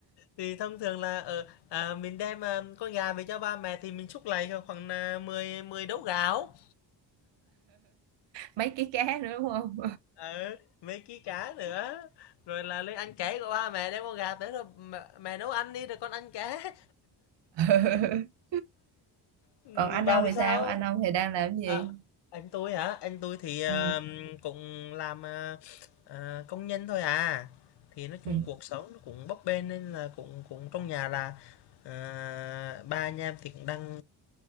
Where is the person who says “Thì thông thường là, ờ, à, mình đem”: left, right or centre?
Left